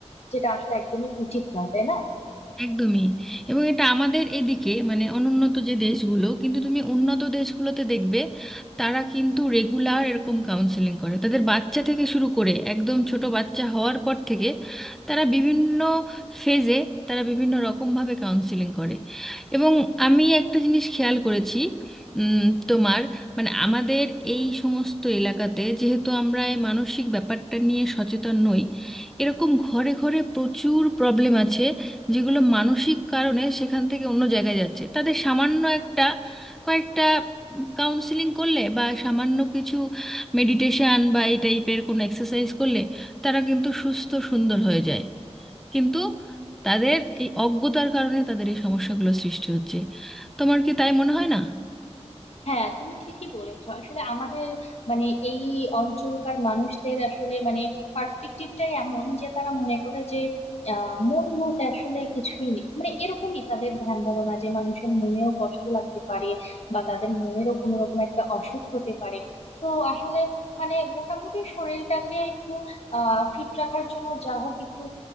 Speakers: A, on the left (about 65°); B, in the centre.
A: যেটা আসলে একদমই উচিত নয় তাই না
B: একদমই এবং এটা আমাদের এদিকে মানে অনুন্নত যে দেশগুলো কিন্তু তুমি উন্নত দেশগুলোতে দেখবে তারা কিন্তু রেগুলার এরকম কাউন্সেলিং করে তাদের বাচ্চা থেকে শুরু করে একদম ছোট বাচ্চা হওয়ার পর থেকে তারা বিভিন্ন ফেজে তারা বিভিন্ন রকমভাবে কাউন্সেলিং করে এবং আমি একটা জিনিস খেয়াল করেছি উম, তোমার মানে আমাদের এই সমস্ত এলাকাতে যেহেতু আমরা এই মানসিক ব্যাপারটা নিয়ে সচেতন নই এরকম ঘরে ঘরে প্রচুর প্রবলেম আছে যেগুলো মানসিক কারণে সেখান থেকে অন্য জায়গায় যাচ্ছে তাদের সামান্য একটা কয়েকটা কাউন্সিলিং করলে বা সামান্য কিছু মেডিটেশন বা এই টাইপের কোনো এক্সারসাইজ করলে তারা কিন্তু সুস্থ সুন্দর হয়ে যায় কিন্তু তাদের এই অজ্ঞতার কারণে তাদের এই সমস্যাগুলো সৃষ্টি হচ্ছে তোমার কি তাই মনে হয় না
A: হ্যাঁ তুমি ঠিকই বলেছো আসলে আমাদের মানে এই অঞ্চলকার মানুষদের আসলে মানে পার্সপেক্টিভটাই এমন যে তারা মনে করে যে আহ, মন বলতে আসলে কিছুই নেই মানে এরকমই তাদের ধ্যান ধারণা যে মানুষের মনেও কষ্ট লাগতে পারে বা তাদের মনেরও কোনো রকম একটা অসুখ হতে পারে তো আসলে মানে মোটামুটি শরীরটাকে একটু আহ ফিট রাখার জন্য যা হোক একটু